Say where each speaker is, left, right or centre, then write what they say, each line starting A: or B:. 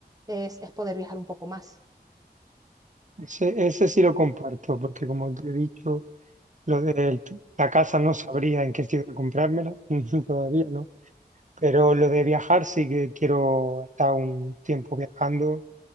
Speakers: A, on the right; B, on the right.
A: es, es poder viajar un poco más.
B: Ese, ese sí lo comparto, porque como te he dicho, lo de la casa no sabría en qué ciudad comprármela, <laughs> todavía no. Pero lo de viajar sí que quiero estar un tiempo viajando,